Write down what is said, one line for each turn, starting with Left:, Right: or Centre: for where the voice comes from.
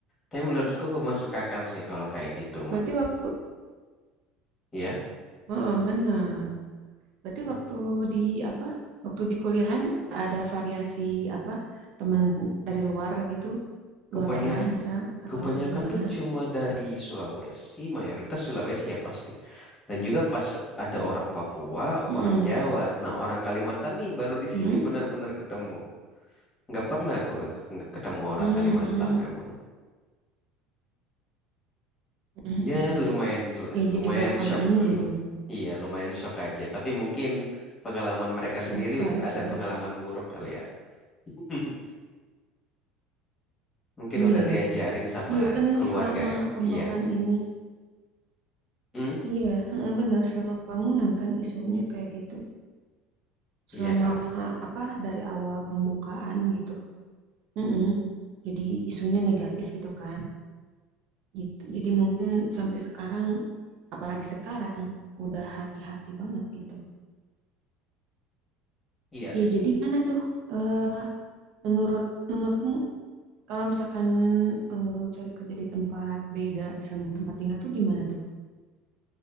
Left: Tapi menurutku masuk akal sih kalau kayak gitu mah.
Right: Berarti waktu
Left: Ya,
Right: Heeh, benar. Berarti
Left: tuh.
Right: waktu di apa? Waktu di kuliahan ada variasi apa? Temen dari luar gitu, luar
Left: Kebanyak
Right: daerah misal atau
Left: kebanyakan
Right: gimana?
Left: tuh cuma dari Sulawesi, mayoritas Sulawesi ya pasti. Dan juga pas ada orang Papua,
Right: Mm-mm.
Left: orang Jawa. Nah, orang Kalimantan nih baru di sini
Right: Mm-mm.
Left: benar-benar ketemu. Nggak pernah aku nge- ketemu orang
Right: Mm-mm.
Left: Kalimantan memang.
Right: Mm-mm.
Left: Ya, lumayan itulah,
Right: Ya
Left: lumayan
Right: jadi baru kali
Left: shock
Right: ini
Left: dulu.
Right: gitu.
Left: Iya, lumayan shock aja. Tapi mungkin pengalaman mereka
Right: So
Left: sendiri
Right: culture.
Left: ada pengalaman buruk kali ya. <laughs> Mungkin
Right: Iya.
Left: udah diajarin sama
Right: Iya kan
Left: keluarga.
Right: selama pembangunan
Left: Iya.
Right: ini.
Left: Hmm?
Right: Iya, heeh, benar selama pembangunan kan isunya kayak gitu. Selama
Left: Iya kan.
Right: apa dari awal pembukaan gitu. Mm-mm. Jadi isunya negatif gitu kan. gitu. Jadi mungkin sampai sekarang, apalagi sekarang, udah hati-hati banget gitu.
Left: Iya sih.
Right: Ya jadi karena tuh eh, menurut menurutmu kalau misalkan eh, cari kerja di tempat beda sama tempat tinggal tuh gimana tuh?